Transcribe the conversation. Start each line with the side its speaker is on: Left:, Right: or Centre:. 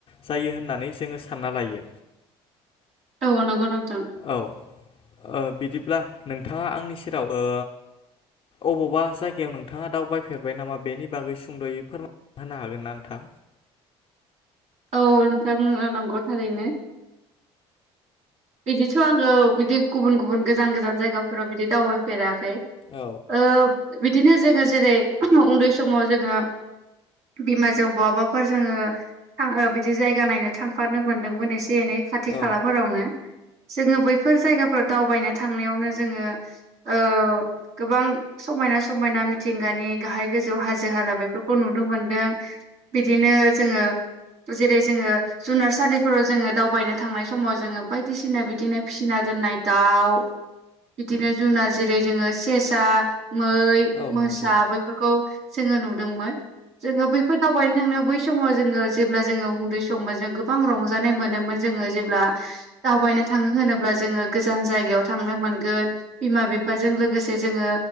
Left: जायो होननानै जोङो सानना लायो
Right: औ नंगौ नोंथां
Left: औ बिदि ब्ला नोंथाङा आंनि सेराव ओ अबावबा जायगायाव नोंथाङा दावबायफेरबाय नामा बेनि बागै सुंद'यै फोरमाय होनो हागोन ना नोंथां
Right: औ नोंथां नंगौ थारैनो बिदिथ' आङो बिदि गुबुन गुबुन गोजान गोजान जायगाफोराव बिदि दावबायफेराखै
Left: औ
Right: ओ बिदिनो जोङो जेरै उन्दै समाव जोङो बिमाजों बहाबाफोर जोङो आं बिदि जायगा नायनो थांफानो मोन्दोंमोन एसे एनै खाथि
Left: औ
Right: खालाफोरावनो जोङो बैफोर जायगाफोराव दावबायनो थांनायावनो जोङो ओ गोबां समाय समायना समायना मिथिंगानि गाहाय गोजौ हाजो हाला बेफोरखौ नुनो मोनदों बिदिनो जोङो जेरै जोङो जुनारसालिफोराव जोङो दावबायनो थांनाय समाव जोङो बायदिसिना बिदिनो फिसिनाय दोननाय दाउ बिदिनो जुुनाद जेरै जोङो सेसा मै
Left: औ
Right: मोसा
Left: नंगौ
Right: बैफोरखौ जोङो नु दोंमोन जोङो बैफोर दावबायनो थांनो बै समाव जोङो जेब्ला जोङो उन्दै सममोन जों गोबां रंजानाय मोनोमोन जोङो जेब्ला दावबायनो थाङो होनोब्ला जोङो गोजान जायगायाव थांनो मोनगोन बिमा बिफाजों लोगोसे जोङो